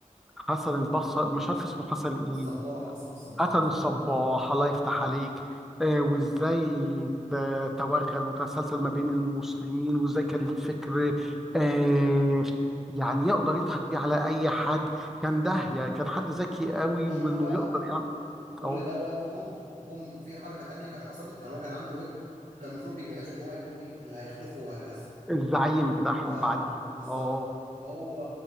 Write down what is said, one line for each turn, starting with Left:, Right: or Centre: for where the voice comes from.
Centre: حسن البصري مش عارف اسمه حسن ايه
Right: الصباح حسن الصباح
Centre: قتلوا الصباح الله يفتح عليك آه، وازاي ت- توغل وتسلسل ما بين المسلمين وازاي كان ليه فكر آه، يعني يقدر يضحك بيه على اي حد كان داهية كان حد ذكي قوي
Right: شوف
Centre: وانه
Right: بقى
Centre: يقدر يعمل
Right: كل
Centre: اه
Right: دوت كوم وكوم وفي حركة تانية كانت حصلت كان هو كان عنده ابن كان المفروض بيجهزه ان هو يكون ايه اللي هيخلفه وهكذا
Centre: الزعيم بتاعهم
Right: اه
Centre: بعديه
Right: بالظبط
Centre: اه
Right: فهو